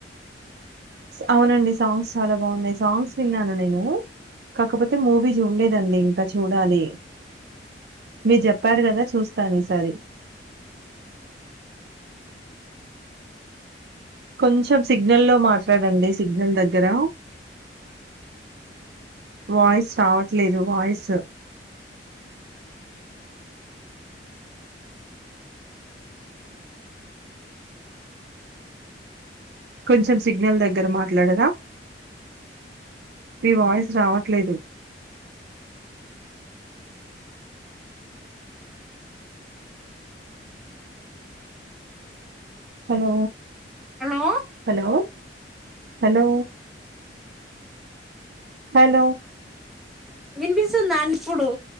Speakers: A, on the right; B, in the centre.
A: అవునండి సాంగ్స్ చాలా బాగున్నాయి సాంగ్స్ విన్నాను నేను కాకపోతే మూవీ చూడలేదండి ఇంకా చూడాలి మీరు చెప్పారు కదా చూస్తాను ఈసారి కొంచెం సిగ్నల్ లో మాట్లాడండి సిగ్నల్ దగ్గర వాయిస్ రావట్లేదు వాయిస్ కొంచెం సిగ్నల్ దగ్గర మాట్లడరా మీ వాయిస్ రావట్లేదు hello
B: hello
A: hello hello hello
B: వినిపిస్తుందా ఇప్పుడు